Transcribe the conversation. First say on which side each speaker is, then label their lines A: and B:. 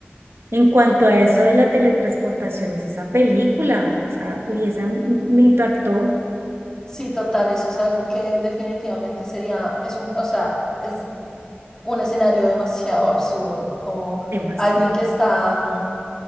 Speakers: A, on the right; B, on the left.
A: En cuanto a eso de la teletransportación, es esa película, o sea, y esa m- me impactó
B: sí, total, eso es algo que definitivamente sería, es un, o sea, es un escenario demasiado absurdo, como
A: demasiado,
B: alguien que está, mm,